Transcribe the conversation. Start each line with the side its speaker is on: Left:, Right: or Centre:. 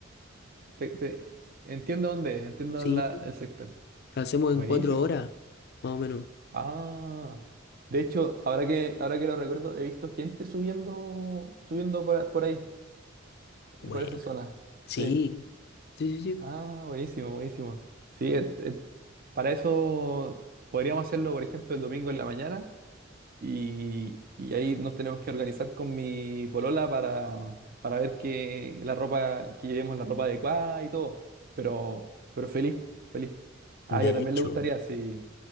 Right: te- te- entiendo dónde es, entiendo
Left: Sí.
Right: la- el sector.
Left: Lo hacemos
Right: Buenísimo.
Left: en cuatro horas, más o menos.
Right: Ah, de hecho, ahora que, ahora que lo recuerdo, he visto gente subiendo, subiendo por, por ahí,
Left: Bueno.
Right: por esa zona.
Left: Sí.
Right: Sí.
Left: Sí, sí, sí.
Right: Ah, buenísimo, buenísimo. Sí, eh, eh, para eso podríamos hacerlo, por ejemplo, el domingo en la mañana y, y ahí nos tenemos que organizar con mi polola para, para ver que la ropa, que llevemos la ropa adecuada y todo. Pero, pero feliz, feliz. A
Left: De
Right: ella también
Left: hecho.
Right: le gustaría, sí.